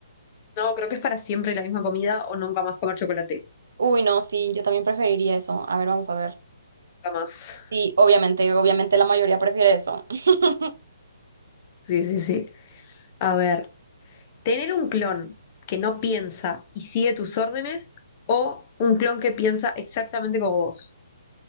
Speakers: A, on the left (about 30°); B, on the right (about 65°).
A: No, creo que es para siempre la misma comida o nunca más comer chocolate.
B: Uy, no, sí, yo también preferiría eso. A ver, vamos a ver.
A: Nunca más.
B: Sí, obviamente, obviamente la mayoría prefiere eso. <laughs>
A: Sí, sí, sí. A ver, tener un clon que no piensa y sigue tus órdenes o un clon que piensa exactamente como vos.